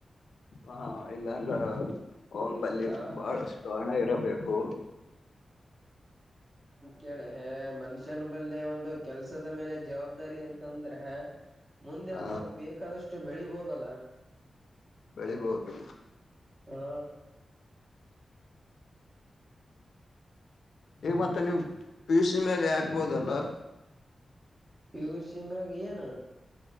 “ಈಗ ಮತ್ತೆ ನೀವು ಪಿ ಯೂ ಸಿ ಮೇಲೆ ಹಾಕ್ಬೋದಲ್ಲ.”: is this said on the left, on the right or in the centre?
Left